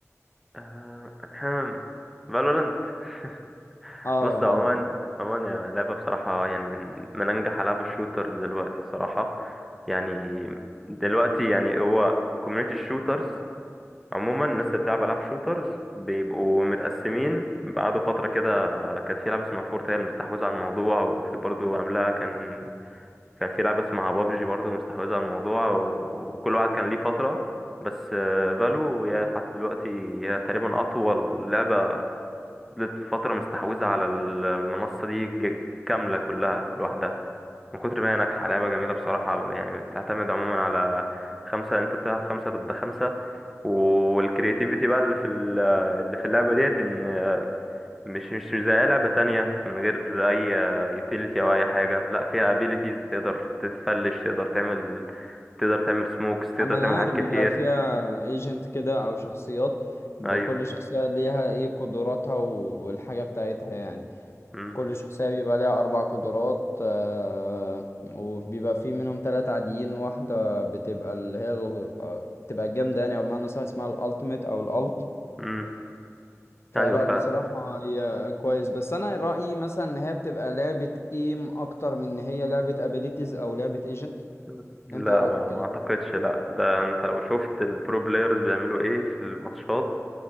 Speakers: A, in the centre; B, on the left.
A: آه <clears throat> فالورانت <laughs>
B: اه
A: بص عموما
B: فالورنت
A: عموما يا لعبة بصراحة يعني من من أنجح ألعاب الشوترز دلوقتي بصراحة يعني دلوقتي يعني هو كوميونيتي الشوترز عموما الناس اللي بتلعب ألعاب شوترز بيبقوا متقسمين بعد فترة كده كان في لعبة اسمها فورت هي اللي مستحوذة على الموضوع وفي برضه قبلها كان كان في لعبة اسمها بابجي برضه مستحوذة على الموضوع وكل واحد كان ليه فترة بس آه، فالو هي لحد دلوقتي هي تقريبا أطول لعبة فضلت فترة مستحوذة على المنصة دي ج- كاملة كلها لوحدها من كتر ما هي ناجحة لعبة جميلة بصراحة يعني بتعتمد عموما على خمسة انت بتلعب خمسة ضد خمسة والكرياتيفيتي بقى اللي في ال- اللي في اللعبة ديت ان مش مش مش زي أي لعبة تانية من غير أي يوتيليتي أو أي حاجة لا فيها ابيليتيز تقدر تتفلش تقدر تعمل تقدر تعمل سموكس تقدر
B: عم انا
A: تعمل حاجات
B: عارف بيبقى
A: كتير
B: فيها ايجنت كده او شخصيات بكل
A: أيوه
B: شخصية ليها ايه قدراتها و- والحاجة بتاعتها يعني
A: امم
B: كل شخصية بيبقى ليها اربع قدرات آه وبيبقى في منهم ثلاثة عاديين واحدة بتبقى اللي هي الغ- آه، بتبقى الجامدة يعني او بمعنى صح اسمها الالتيميت او الالت
A: امم
B: فلا
A: أيوه فعلا
B: بصراحة هي كويس بس انا رأيي مثلا ان هي بتبقى لعبة ايم اكتر من ان هي لعبة ابيليتيز او لعبة ايجنت
A: مم. لا
B: انت إيه رأيك
A: ما
B: في كده
A: ما اعتقدش لا ده انت لو شفت البرو بلايرز بيعملوا ايه في الماتشات